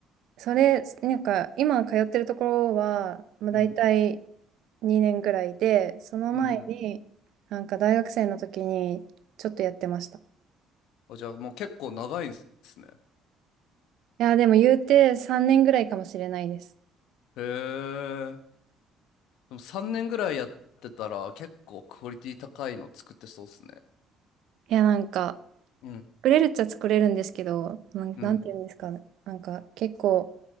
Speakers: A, on the right; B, on the left.
A: それ、なんか今通ってるところは、まあ、大体
B: うん。
A: 2年ぐらいで、その前に、
B: うんうん。
A: なんか大学生の時にちょっとやってました。い
B: あじゃあもう結構長いんですね。
A: や、でも言うて3年ぐらいかもしれないです。
B: へえ。でも3年ぐらいやってたら結構クオリティ高いの作ってそうっすね。
A: いや、なんか、
B: うん。
A: 作れるっちゃ作れるんですけど、なん、
B: うん。
A: なんて言うんですかね。なんか結構、